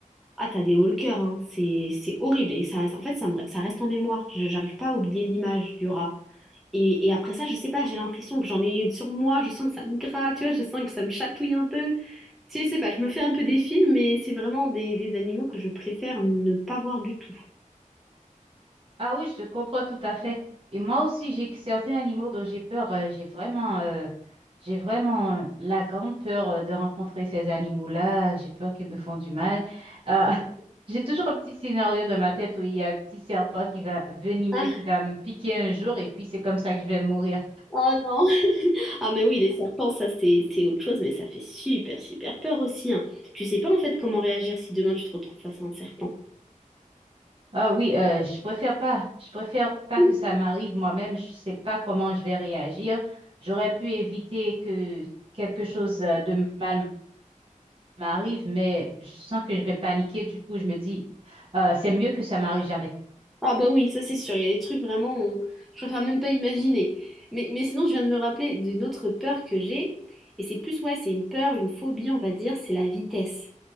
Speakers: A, in the centre; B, on the right.
A: Ah, t'as des hauts le cœur, hein. C'est, c'est horrible. Et ça, en fait, ça me- ça reste en mémoire. Je- J'arrive pas à oublier l'image du rat. Et, et après ça, je sais pas, j'ai l'impression que j'en ai sur moi. Je sens que ça me gratte, tu vois. Je sens que ça me chatouille un peu. Tu sais, je sais pas, je me fais un peu des films, mais c'est vraiment des, des animaux que je préfère ne pas voir du tout.
B: Ah oui, je te comprends tout à fait. Et moi aussi, j'ai que certains animaux dont j'ai peur. euh, J'ai vraiment, euh, j'ai vraiment euh, la grande peur euh, de rencontrer ces animaux-là. J'ai peur qu'ils me font du mal. Euh, <laughs> j'ai toujours un petit scénario dans ma tête où il y a un petit serpent qui va venimeux,
A: Ah,
B: qui va me piquer un jour, et puis c'est comme ça que je vais mourir.
A: oh non. <laughs> Ah, mais oui, les serpents, ça, c'est, c'est autre chose, mais ça fait super, super peur aussi, hein. Tu sais pas, en fait, comment réagir si demain tu te retrouves face à un serpent.
B: Ah oui, euh, je préfère pas. Je préfère pas
A: <laughs>
B: que ça m'arrive moi-même. Je sais pas comment je vais réagir. J'aurais pu éviter que quelque chose euh, de mal m'arrive, mais je sens que je vais paniquer. Du coup, je me dis, euh, c'est mieux que ça m'arrive jamais.
A: Ah bah oui, ça c'est sûr, il y a des trucs vraiment, on... je préfère même pas imaginer. Mais, mais sinon, je viens de me rappeler d'une autre peur que j'ai, et c'est plus, ouais, c'est une peur, une phobie, on va dire, c'est la vitesse.